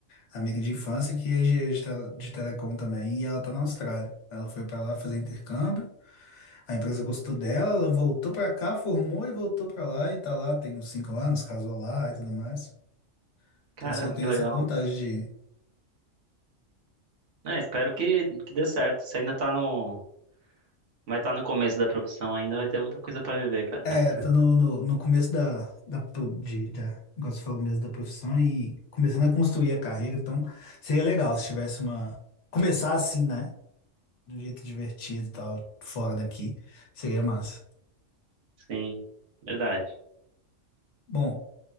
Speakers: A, on the left; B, on the right.
A: amiga de infância que é engenheira de, tele- de telecom também, e ela tá na Austrália. Ela foi pra lá fazer intercâmbio, a empresa gostou dela, ela voltou pra cá, formou e voltou pra lá, e tá lá tem uns cinco anos, casou lá e tudo mais. Então,
B: Caramba,
A: assim, eu tenho
B: que legal.
A: essa vontade de.
B: É, espero que, que dê certo. Você ainda tá no, vai estar no começo da profissão ainda, vai ter muita coisa pra viver, cara.
A: É, tô no, no, no começo da, da, pro- de, da, igual você falou mesmo, da profissão e começando a construir a carreira, então seria legal se tivesse uma. Começar assim, né? De um jeito divertido e tal, fora daqui, seria massa.
B: Sim, verdade.
A: Bom.